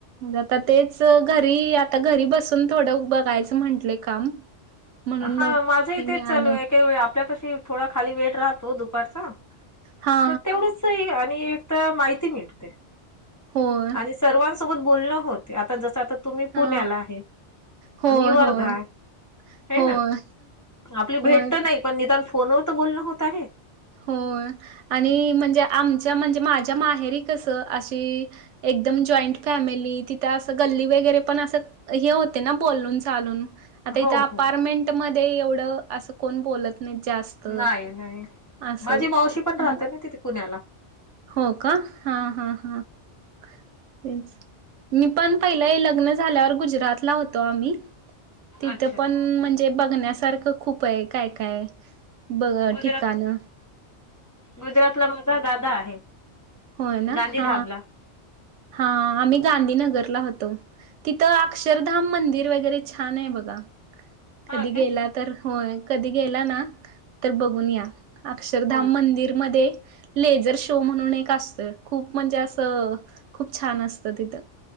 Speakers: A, on the right; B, on the left.
A: आता तेच घरी आता घरी बसून थोडं बघायचं म्हटलंय काम. म्हणून
B: हा
A: मग
B: माझंही
A: हे मिळालं
B: तेच चालू आहे काही व आपल्याप- थोडं खाली वेट राहतो दुपारचा
A: हा
B: तर तेवढं आणि एक तर माहिती मिळते.
A: होय
B: आणि सर्वांसोबत बोलणं होते आता जसं आता- तुम्ही पुण्याला
A: हा
B: आहे.
A: होय
B: आ.. मी वर्धा.
A: होय
B: हे
A: होय
B: ना आपली
A: होय
B: भेट तर नाही पण निदान फोनवर तर बोलणं होत आहे.
A: हो, आणि म्हणजे आमच्या म्हणजे माझ्या माहेरी कसं अशी एकदम जॉईंट फॅमिली. तिथं असं गल्ली वगैरे पण... असं हे होते ना, बोलून चालून आता इथे
B: हो
A: अपार्टमेंट
B: हो.
A: मध्ये एवढं असं कोण बोलत नाही जास्त.
B: नाही नाही
A: असं.
B: माझी मावशी पण
A: हं.
B: राहते ना तिथे पुण्याला.
A: हो का? हा हा हा! ते मी पण... पहिलं लग्न झाल्यावर गुजरातला होतो आम्ही. तिथं
B: अच्छा.
A: पण म्हणजे बघण्यासारखं खूप आहे! काय काय. बघ
B: गुजरात
A: ठीकाण
B: गुजरातला माझा दादा आहे.
A: होय ना!
B: गांधीधामला.
A: हा, हा आम्ही गांधीनगरला होतो. तिथं अक्षरधाम मंदिर वगैरे छान आहे बघा!
B: हा
A: कधी
B: काय?
A: गेला तर.... होय, कधी गेला ना तर बघून या. अक्षरधाम
B: हो हो.
A: मंदिरमध्ये लेझर शो म्हणून एक असतोय खूप म्हणजे असं खूप छान असतं तिथं.